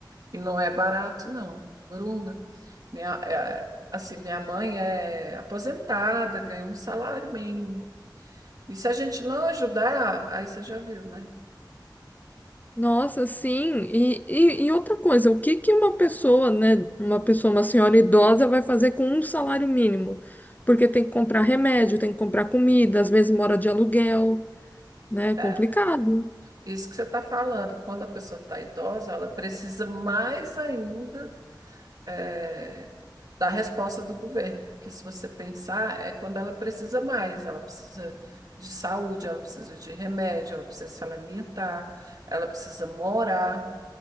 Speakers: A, on the right (about 55°); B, on the left (about 20°).
A: E não é barato, não, Bruna. Minha, é, assim, minha mãe é aposentada, ganha um salário mínimo. E se a gente não ajudar, aí você já viu, né?
B: Nossa, sim. E, e, e outra coisa, o que que uma pessoa, né, uma pessoa, uma senhora idosa vai fazer com um salário mínimo? Porque tem que comprar remédio, tem que comprar comida, às vezes mora de aluguel, né? É
A: É
B: complicado.
A: isso que você está falando. Quando a pessoa está idosa, ela precisa mais ainda, é, da resposta do governo. Porque se você pensar, é quando ela precisa mais. Ela precisa de saúde, ela precisa de remédio, ela precisa se alimentar, ela precisa morar.